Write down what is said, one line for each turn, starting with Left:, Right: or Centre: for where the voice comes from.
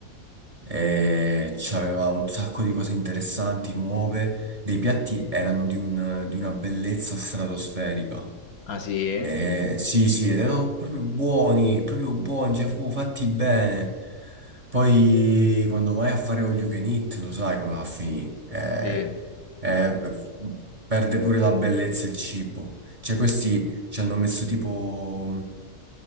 Right: e c'aveva un sacco di cose interessanti, nuove, dei piatti erano di un- di una bellezza stratosferica.
Left: Ah sì?
Right: Eh, sì, sì, ed erano proprio buoni, proprio buoni, cioè proprio fatti bene. Poi quando vai a fare all you can eat, lo sai come va a finire. Eh,
Left: Sì.
Right: eh, perde pure la bellezza il cibo. Cioè questi ci hanno messo tipo